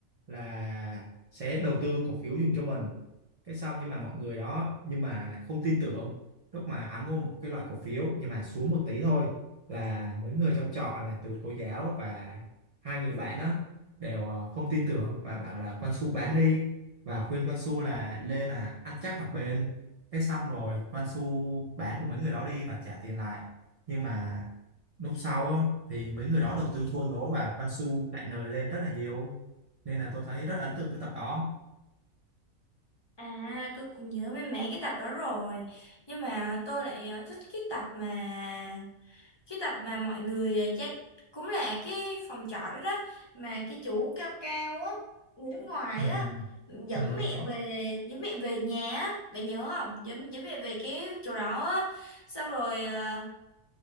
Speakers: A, on the right; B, on the left.
A: là sẽ đầu tư cổ phiếu dùng cho mình cái xong nhưng mà mọi người đó nhưng mà lại không tin tưởng lúc mà anh mua một cái loại cổ phiếu nhưng mà xuống một tí thôi là mấy người trong trọ là từ cô giáo và hai người bạn á đều ờ, không tin tưởng và bảo là Quan Su bán đi và khuyên Quan Su là lên là ăn chắc mặt bền cái xong rồi Quan Su bán của mấy người đó đi và trả tiền lại nhưng mà lúc sau á, thì mấy người đó đầu tư thua lỗ và Quan Su lại nời lên rất là nhiều nên là tôi thấy rất ấn tượng với tập đó
B: à tôi cũng nhớ mấy mảng cái tập đó rồi nhưng mà tôi lại ờ, thích cái tập mà cái tập mà mọi người à, gia cũng là cái phòng trọ đó đó mà cái chú cao cao á người nước ngoài
A: ừ.
B: á dẫn
A: ừ tôi
B: mẹ
A: nhớ
B: về dẫn mẹ về nhà á bạn nhớ không dẫn dẫn mẹ về cái chỗ đó á xong rồi à,